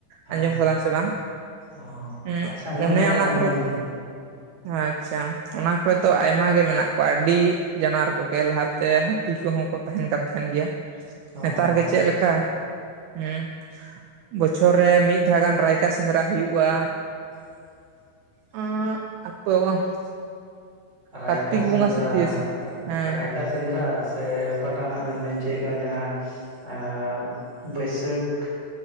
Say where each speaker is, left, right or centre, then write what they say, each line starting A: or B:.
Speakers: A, on the right; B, on the right.
A: ᱦᱮᱸ
B: ᱟᱸᱡᱚᱢ
A: ᱦᱮᱸ
B: ᱠᱟᱫᱟᱢ ᱥᱮ ᱵᱟᱝ
A: ᱚ
B: ᱩᱸ
A: ᱟᱪᱪᱷᱟ ᱟᱸᱡᱚᱢ
B: ᱚᱱᱮ
A: ᱫᱚ ᱦᱟᱸᱜ
B: ᱚᱱᱟ
A: ᱵᱟᱝ
B: ᱠᱚᱨᱮ
A: ᱦᱩᱭ ᱠᱟᱱᱟ
B: ᱟᱪᱷᱟ ᱚᱱᱟ ᱠᱚᱨᱮ ᱫᱚ ᱟᱭᱢᱟ ᱜᱮ ᱢᱮᱱᱟᱜ ᱠᱚᱣᱟ ᱟᱹᱰᱤ ᱡᱟᱱᱣᱟᱨ ᱠᱚᱜᱮ ᱞᱟᱦᱟᱛᱮ ᱦᱟᱹᱛᱤ ᱠᱚᱦᱚᱸ ᱠᱚ ᱛᱟᱦᱮᱱ ᱠᱟᱱ ᱛᱟᱦᱮᱱ ᱜᱮᱭᱟ
A: ᱚ
B: ᱱᱮᱛᱟᱨ ᱜᱮ
A: ᱟᱪᱪᱷᱟ
B: ᱪᱮᱫ ᱞᱮᱠᱟ
A: ᱟᱪᱪᱷᱟ
B: ᱦᱮᱸ ᱵᱚᱪᱷᱚᱨ ᱨᱮ ᱢᱤᱫ ᱫᱷᱟᱣ ᱜᱟᱱ ᱨᱟᱭᱠᱟ ᱥᱮᱸᱫᱽᱨᱟ ᱦᱩᱭᱩᱜ-ᱟ
A: <inaudible>
B: <unintelligible>
A: ᱨᱟᱭᱠᱟ
B: ᱠᱟᱨᱛᱤᱠ ᱵᱚᱸᱜᱟ
A: ᱥᱤᱸᱫᱨᱟ
B: ᱥᱮ ᱛᱤᱥ ᱦᱮᱸ
A: ᱨᱟᱭᱠᱟ ᱥᱮᱸᱫᱨᱟ ᱥᱮ ᱚᱠᱟᱴᱟᱜ ᱦᱟᱸᱜ ᱵᱮᱱ ᱢᱮᱱ ᱦᱚᱪᱚᱭᱮᱫ ᱠᱟᱱᱟ ᱡᱟᱦᱟᱸ ᱮᱸ ᱵᱟᱹᱭᱥᱟᱹᱠᱷ